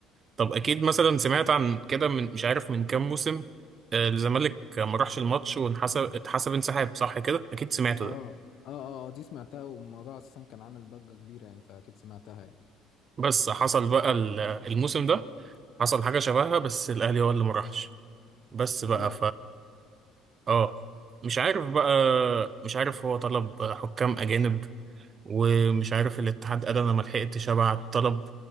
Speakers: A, on the right; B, on the left.
A: طب اكيد مثلا سمعت عن كده من مش عارف من كام موسم آه، الزمالك ما راحش الماتش وانحسب اتحسب انسحاب صح كده اكيد سمعته
B: اه
A: ده
B: اه آه، دي سمعتها والموضوع اساسا كان عامل ضجة كبيرة يعني فاكيد سمعتها يعني
A: بس حصل بقى ال- الموسم ده حصل حاجة شبهها بس الاهلي هو اللي ما راحش بس
B: ياه
A: بقى
B: yeah.
A: اه مش عارف بقى مش عارف هو طلب حكام اجانب ومش عارف الاتحاد قال انا ما لحقتش ابعت طلب